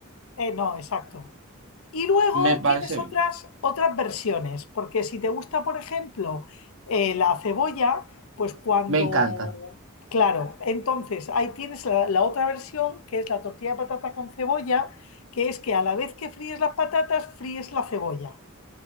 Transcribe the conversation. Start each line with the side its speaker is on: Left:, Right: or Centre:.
Left: Eh, no, exacto. Y luego
Right: Me parece
Left: tienes otras,
Right: bien.
Left: otras versiones, porque si te gusta, por ejemplo, eh, la cebolla, pues cuando...
Right: Me encanta.
Left: Claro, entonces ahí tienes la, la otra versión, que es la tortilla de patata con cebolla, que es que a la vez que fríes las patatas, fríes la cebolla.